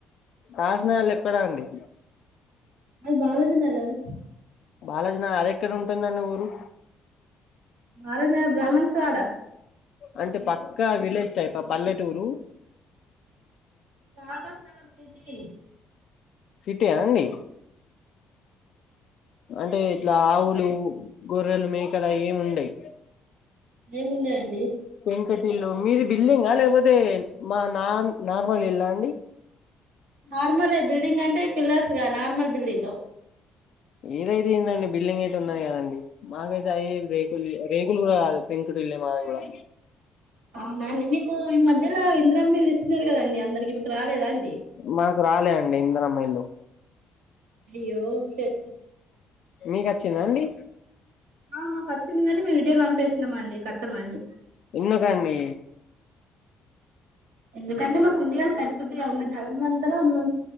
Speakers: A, on the left; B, on the right.
A: కాసిన వాళ్ళ ఎక్కడా అండి
B: అది బాలాజీ నగర్
A: బాలాజ నా అది ఎక్కడ ఉంటుందండి ఊరు
B: మహారాజాను బ్రాహ్మణ సవాడా
A: అంటే పక్కా విలేజ్ టైప్ పల్లెటూరు
B: రాగస్ న వర్తది
A: సిటే అండి అంటే ఇట్లా ఆవులు గొర్రెలు మేకల ఏమి ఉండయి
B: ఏమున్నాయండి
A: ఇంకటి ఇల్లు మీది బిల్లింగా లేకపోతే మా నాార్ నార్మల్ ఇల్లా అండి
B: నార్మలే బిల్డింగ్ అంటే పిల్లర్స్ గా నార్మల్ బిల్డింగ్ <unintelligible>
A: ఏదైతే ఏందండి బిల్డింగ్ అయితే ఉన్నది కదండి మాకై తయి ఏం రేకుల్వి రేకుల్ కూడ కాదు పెంకుటిల్లే మాది కూడా
B: అవునాండి మీకు ఇమ ధ్యలో ఇందిరమ్మ ఇల్లు ఇస్తున్నరు కదం డి అందరికీ మీకు రాలేదా అం
A: మాకు రాలే అండి ఇందరమ్మ ఇల్లు
B: అయ్యో షట్
A: మీగచ్చిందా అండి
B: ఆ మాకు వొచ్చింది కానీ మేము రిటెన్ పంపేస్నమ్ అండి కట్టమని
A: ఎందుకండీ
B: ఎందుకంటే మాకుంది గా సరిపోద్ది ఇగ మా జల్మ అంతలో ఉన్నాం